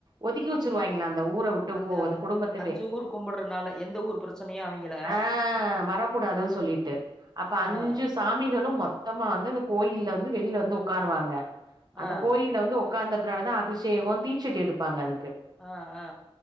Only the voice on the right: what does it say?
ஒதுக்கி வச்சருவாங்களா அந்த ஊர உட்டு
கு குடும்பத்தவே
ஆ வரக்கூடாது
சொல்லிட்டு அப்ப அஞ்சு
சாமிகளு மொத் தமா <unintelligible> கோயில வந்து வெளில வந்து உட்காருவாங்க அந்த
கோயில வந்து உட் காந்த பின்னால தா அபிஷேகோ தீச்சட்டி எடுப்பாங்க அது